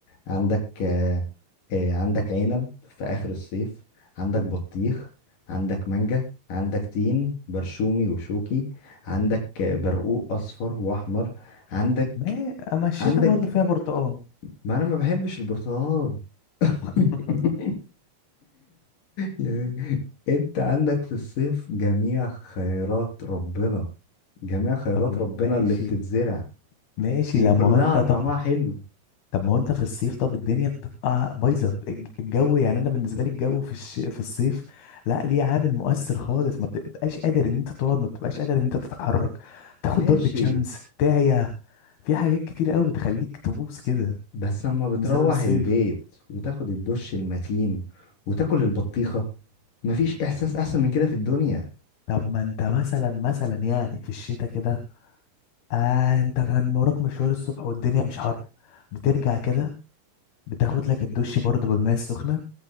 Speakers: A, on the left; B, on the left.
A: عندك آه آه عندك عنب في اخر الصيف عندك بطيخ عندك مانجا عندك تين برشومي وشوكي عندك آه، برقوق اصفر واحمر عندك
B: ما أما الشتاء
A: عندك
B: برضه فيها برتقال
A: ما انا ما بحبش البرتقال <laughs>
B: <laughs>
A: يعني انت عندك في الصيف جميع خيرات ربنا جميع خيرات
B: طب
A: ربنا
B: ماشي
A: اللي بتتزرع
B: ماشي
A: وكلها
B: لما هو انت طب
A: طعمها حلو
B: طب ما هو انت في الصيف طب الدنيا بتبقى بايظه الج- الجو يعني انا بالنسبه لي الجو في الش... في الصيف لا ليه عامل مؤثر خالص ما بتبقاش قادر ان انت تقعد ما بتبقاش قادر ان انت تتحرك تاخد
A: ماشي
B: ضربة شمس تعيا في حاجات كتير قوي بتخليك تبوس كده
A: بس اما بتروح
B: بسبب الصيف
A: البيت وتاخد الدش المتين وتاكل البطيخة مفيش احساس احسن من كده في الدنيا
B: طب ما انت مثلا مثلا يعني في الشتاء كده آه انت كان وراك مشوار الصبح والدنيا مش حر بترجع كده بتاخد لك الدش برضه بالماء السخنة